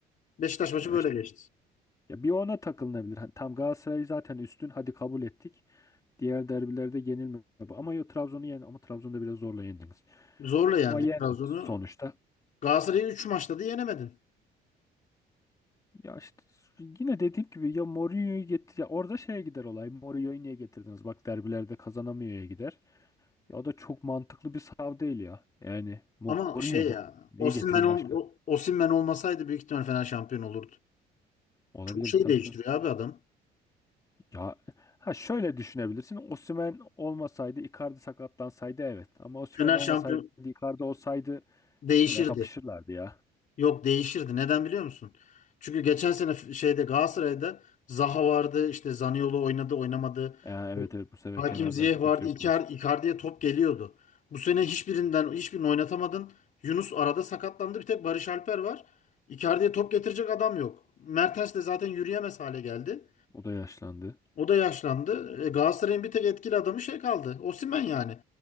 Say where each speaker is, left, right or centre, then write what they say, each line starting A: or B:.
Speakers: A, on the left; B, on the left.
A: Beşiktaş maçı
B: Ya
A: böyle
B: işte
A: geçti.
B: ya bir ona takılınabilir. Hani tam Galatasaray zaten üstün. Hadi kabul ettik. Diğer derbilerde yenilme. bu. Ama yo Trabzon'u yen ama Trabzon'da biraz zorla yendiniz.
A: Zorla yendik
B: Ama yendi
A: Trabzon'u.
B: sonuçta.
A: Galatasaray'ı 3 maçta da yenemedin.
B: Ya işte yine dediğim gibi ya Mourinho'yu getir ya orada şeye gider olay. Mourinho'yu niye getirdiniz? Bak derbilerde kazanamıyor'ya gider. Ya o da çok mantıklı bir sav değil ya. Yani Mourinho
A: Ama şey
B: bu.
A: ya
B: Neyi
A: Osimhen,
B: getireyim
A: ol-
B: başka?
A: o- Osimhen olmasaydı büyük ihtimal Fener şampiyon olurdu.
B: Olabilirdi
A: Çok şey
B: tabii
A: değiştiriyor
B: tabii.
A: abi adam.
B: Ya ha şöyle düşünebilirsin. Osimhen olmasaydı Icardi sakatlansaydı evet. Ama Osimhen
A: Fener
B: olmasaydı
A: şampiyon
B: Icardi olsaydı
A: değişirdi.
B: yine kapışırlardı ya.
A: Yok değişirdi. Neden biliyor musun? Çünkü geçen sene f- şeyde Galatasaray'da Zaha vardı, işte Zaniolo oynadı, oynamadı.
B: Ya evet evet bu sefer
A: Hakim
B: kenarlarda
A: Ziyech
B: kimse
A: vardı.
B: yoktu
A: Icar-
B: biz.
A: Icardi'ye top geliyordu. Bu sene hiçbirinden hiçbirini oynatamadın. Yunus arada sakatlandı. Bir tek Barış Alper var. Icardi'ye top getirecek adam yok. Mertens de zaten yürüyemez hale geldi.
B: O da yaşlandı.
A: O da yaşlandı. E, Galatasaray'ın bir tek etkili adamı şey kaldı. Osimhen yani.